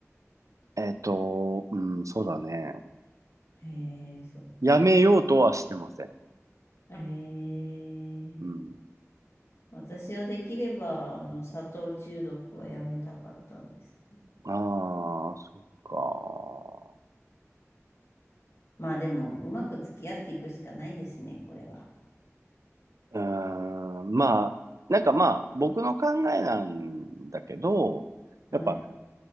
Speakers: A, on the right; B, on the left.
A: えっと、うん、そうだね。
B: へえそっか。
A: やめようとはしてません。
B: ええ
A: うん。
B: 私はできれば、あの、砂糖中毒はやめたかったんです。
A: ああ、そっか。
B: まあでも、うまく付き合っていくしかないですね、これは。
A: うーん、まあ、なんかまあ、僕の考えなんだけど、
B: はい。
A: やっぱ